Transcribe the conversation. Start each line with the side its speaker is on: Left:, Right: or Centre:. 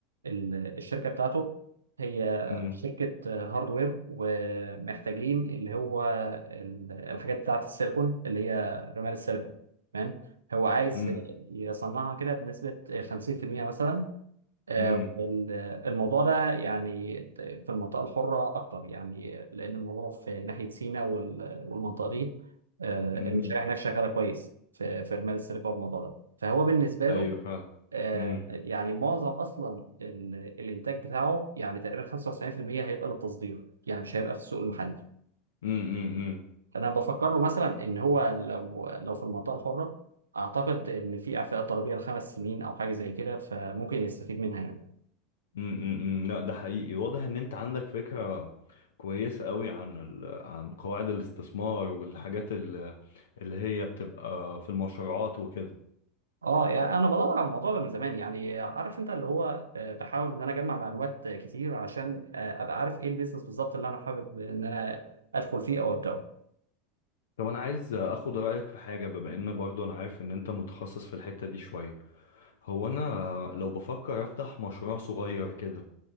Right: ال- الشركة بتاعته هي
Left: امم
Right: شركة آه، هاردوير ومحتاجين اللي هو ال- الحاجات بتاعة السيليكون اللي هي رمال السيليكون تمام هو عايز
Left: امم
Right: آه، يصنعها كده بنسبة 50% مثلا آه،
Left: امم
Right: وال- الموضوع ده يعني في المنطقة الحرة أكتر يعني لأن الموضوع في ناحية سيناء وال- والمنطقة دي آه،
Left: امم،
Right: المشاريع هناك شغالة كويس في في رمال السيليكون والموضوع ده فهو بالنسبة
Left: ايوه
Right: له
Left: فعلا
Right: آه،
Left: امم
Right: يعني معظم اصلا ال- الانتاج بتاعه يعني تقريبا 95% هيبقى للتصدير يعني مش هيبقى في السوق المحلي
Left: امم امم، امم.
Right: فانا بفكر له مثلا ان هو لو لو في المنطقه الحره اعتقد ان في اعفاءات ضريبيه لخمس سنين او حاجه زي كده فممكن يستفيد منها يعني
Left: امم لا ده حقيقي واضح ان انت عندك فكرة كويسة قوي عن ال... عن قواعد الاستثمار والحاجات ال- اللي هي بتبقى في المشروعات وكده
Right: اه يعني انا بدور على الموضوع ده من زمان يعني عارف انت اللي هو آه، بحاول ان انا اجمع معلومات آه، كتير عشان آه، ابقى عارف ايه البيزنس بالظبط اللي انا حابب ان انا ادخل فيه او ابداه
Left: طب انا عايز اخد رأيك في حاجة بما ان برضو انا عارف ان انت متخصص في الحتة دي شوية هو انا لو بفكر افتح مشروع صغير كده